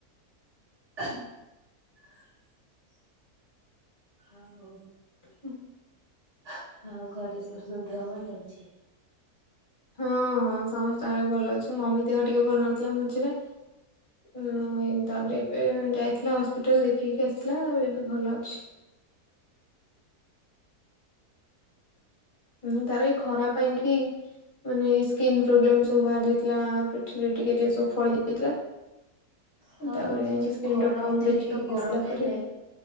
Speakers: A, on the right; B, on the left.
A: <unintelligible> ହଁ ହଉ।
B: ହୁଁ।
A: ହଁ, ଆଉ ଘରେ ସବୁ ସମସ୍ତଙ୍କ ଦେହ ଭଲ ଅଛି?
B: ହଁ, ହଁ ସମସ୍ତଙ୍କର ଭଲ ଅଛି ମମି ଦେହ ଟିକେ ଭଲ ନଥିଲା ମଝିରେ। ଉଁ ତାପରେ ଏବେ ଯାଇଥିଲା ହସ୍ପିଟାଲ ଦେଖେଇକି ଆସିଥିଲା ଏବେ ଭଲ ଅଛି। ଉଁ ତାର ଏଇ ଖରା ପାଇଁ କି ମାନେ ସ୍କିନ୍ ପ୍ରୋବ୍ଲେମ୍ ସବୁ ବାହାରି ଯାଇଥିଲା ପିଠିରେ ଟିକେ ଟିକେ ସବୁ ଫଳି ଯାଇଥିଲା
A: ହଁ
B: ତାପରେ ଯାଇକି
A: ଛି
B: ସ୍କିନ୍
A: ଖରା
B: ଡକ୍ଟରଙ୍କୁ
A: ଅତିରିକ୍ତ
B: ଦେଖେଇକି
A: ଗରମ
B: ଆସିଲା ପରେ
A: ହେଲେ